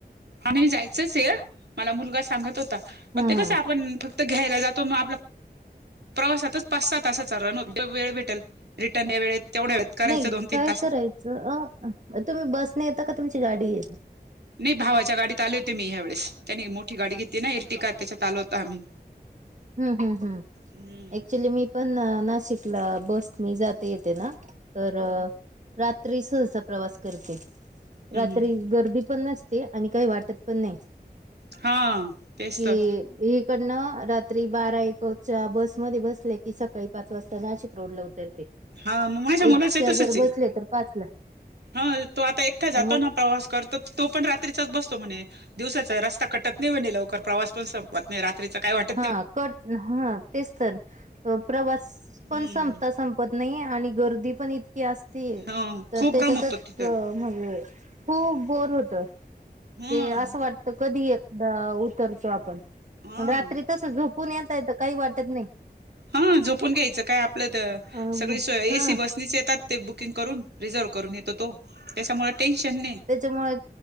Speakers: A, on the right (about 85°); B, on the right (about 45°).
A: आणि जायचंच आहे मला मुलगा सांगत होता पण
B: हा
A: ते कसं आपण फक्त तर घ्यायला जातो मग आपला प्रवासातच पाच सहा तासाचा रन होते वेळ भेटेल रिटर्न त्या वेळेत तेवढ्या वेळेत करायचं
B: नाही
A: दोन
B: काय
A: तीन तासात
B: करायचं अ तुम्ही बसने येता का तुमची गाडी आहे.
A: नाही भावाच्या गाडीत आले होते मी, ह्यावेळेस त्यानी मोठी गाडी घेतली ना एरटी का त्याच्यात आल होत आम्ही.
B: हम् हम् हम्.
A: हम्म
B: ऍक्च्युली मी पण नाशिकला बस ने जाते येते ना. तर
A: हम्म
B: रात्री सहसा प्रवास करते
A: हम्म
B: रात्री
A: हम्म.
B: गर्दी पण नसते. ते आणि काही वाटत पण नाही.
A: हा. तेच
B: की
A: तर
B: अ इकडनं रात्री बारा एकच्या बसमध्ये बसले की सकाळी पाच वाजता नाशिक रोडलं उतरते.
A: हा माझ्या मुलाचं
B: एकच्या
A: आहे तसच
B: जर
A: आहे
B: बसले तर पाच ला
A: हा तो आता एकटा जातो
B: मग
A: ना प्रवास करतो ना. तर तो पण रात्रीचाच बसतो म्हणे दिवसाचा रस्ता कटत नाही म्हणे लवकर प्रवास पण संप पत नाही रात्रीच काय वाटत
B: हा
A: नाही.
B: कट हा तेच तर प्रवास पण
A: हम्म
B: संपता संप पत नाही आणि गर्दी पण इतकी असते
A: ह
B: तर
A: खूप
B: त्याच्यातच
A: गरम होत तिथं
B: म्हणजे खूप बोरं होतंय.
A: ह
B: ते असं वाटत कधी एकदा उतरतो. आपण
A: ह
B: रात्री तसं झोप पण येता येत काही वाटत नाही.
A: हा झोपून घ्यायचं काय आपलं तर,
B: अ
A: सगळी स एसी
B: हा
A: बसनीच येतात ते बुकिंग करून. रिझर्व करून येतो तो, त्यांच्यामुळे टेन्शन नाही.
B: त्यांच्यामुळे